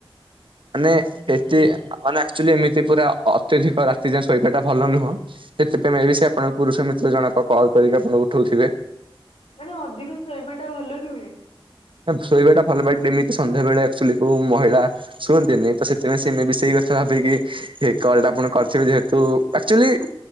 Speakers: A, on the right (about 60°); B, on the left (about 85°).
A: ମାନେ ଏତେ ମାନେ ଆକ୍ଚୁଆଲି ଏମିତି ପୁରା ଅତ୍ୟଧିକ ରାତି ଯାଏ ଶୋଇବା ଟା ଭଲ ନୁହଁ। ସେଥିପାଇଁ ମେବି ସେ ଆପଣଙ୍କ ପୁରୁଷ ମିତ୍ର ଜଣକ କଲ୍ କରିକି ଆପଣଙ୍କୁ ଉଠଉଥିବେ।
B: ମାନେ ଅଧିକ ଶୋଇବା ଟା ଭଲ ନୁହେଁ।
A: ଶୋଇବା ଟା ଭଲ ବଟ୍ ଏମିତି ସନ୍ଧ୍ୟାବେେଳେ ଆକ୍ଚୁଲି କୋଉ ମହିଳା ଶୁଅନ୍ତିନି। ତ ସେଥିପାଇଁ ସେ ମେବି ସେଇ କଥା ଭାବିକି କଲ ଟା ଆପଣଙ୍କୁ କରିଥିବେ ଆକ୍ଚୁଆଲି